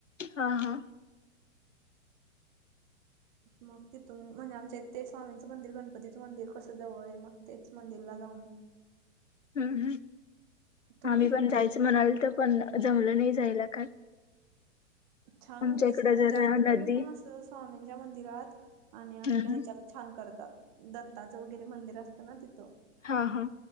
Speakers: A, on the left; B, on the right.
A: हा हा.
B: मग तिथून म्हणजे आमच्या ते स्वामींचं मंदिर गणपतीचं मंदिर कसं जवळ आहे. मग तेच मंदिरला जाऊन.
A: हम्म हम्म,
B: तुम्ही
A: आम्ही पण जायचं म्हणालतो पण जमलं नाही जायला काय.
B: छान
A: आमच्या
B: म्हणजे
A: इकडं जरा
B: जास्त करून
A: नदी
B: असं स्वामींच्या मंदिरात आणि आपल्या
A: हम्म हम्म
B: ह्याच्यात छान करतात. दत्ताचं वगैरे मंदिर असतं ना तिथं.
A: हा हा.